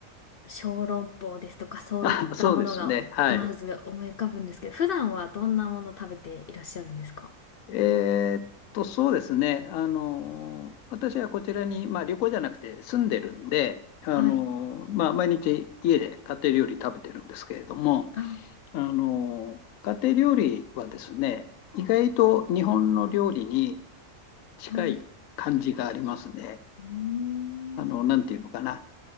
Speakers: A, on the left; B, on the left.
A: う、小籠包ですとかそういったものがおまず思い浮かぶんですけど、
B: あ、そうですね。はい。
A: 普段はどんなもの食べていらっしゃるんですか
B: えーっと、そうですね。あの、私はこちらに、まあ旅行じゃなくて住んでるんで、あの、
A: はい。
B: まあ毎日家で家庭料理食べてるんですけれども、
A: あ、
B: あの、家庭料理はですね、意外と日本の料理に近い感じがありますね。
A: はい。うーん。
B: あの、なんていうのかな。